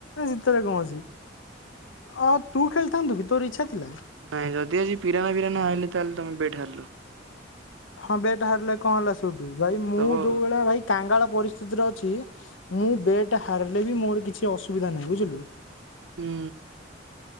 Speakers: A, on the left; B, on the right.
A: ସେଥରେ କଣ ଅଛି ଆ ତୁ ଖେଳିଥାନ୍ତୁ କି ତୋର ଇଚ୍ଛା ଥିଲା।
B: ନାଇଁ ଯଦି ଆଜି ପିରାନା ବିିରା ଆଇଲେ ତାହେଲେ ତମେ ବେଟ ହାରିଲ
A: ହଁ ବେଟ ହାରିଲେ କଣ ହେଲା ସେଠୁ ଭାଇ ମୁଁ
B: ଦବ
A: ଯୋଉ
B: ଆଉ।
A: ଭଳି ଭାଇ କାଙ୍ଗାଳ ପରିସ୍ଥିତିରେ ଅଛି। ମୁଁ ବେଟ୍ ହାରିଲେ ବି ମୋର କିଛି ଅସୁବିଧା ନାହିଁ ବୁଝିଲୁ।
B: ହୁଁ